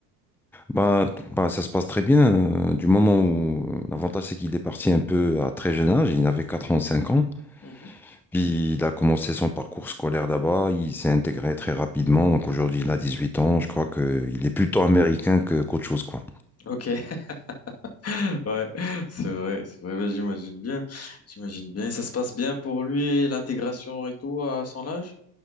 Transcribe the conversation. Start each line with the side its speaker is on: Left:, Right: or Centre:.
Centre: Bah, t- bah, ça se passe très bien. euh, du moment où euh, l'avantage, c'est qu'il est parti un peu à très jeune âge. Il avait 4 ans, 5 ans.
Left: Mhm.
Centre: Puis il a commencé son parcours scolaire là-bas. Il s'est intégré très rapidement. Donc aujourd'hui, il a 18 ans. Je crois qu'il est plutôt américain que qu'autre chose, quoi.
Left: Ok, <laughs> ouais, c'est vrai, c'est vrai, Bah, j'imagine bien, j'imagine bien. Et ça se passe bien pour lui, l'intégration et tout à son âge?